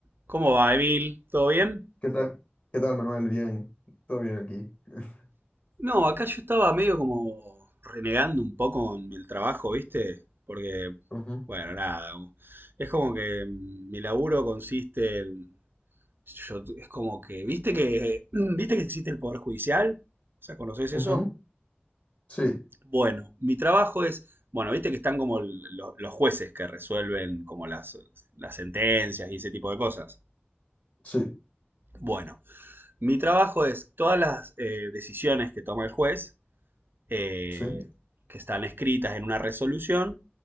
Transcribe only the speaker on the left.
¿Qué tal? ¿Qué tal, Manuel? Bien, todo bien aquí. <laughs>
Ujú,
ujú,
Sí,
sí,
sí.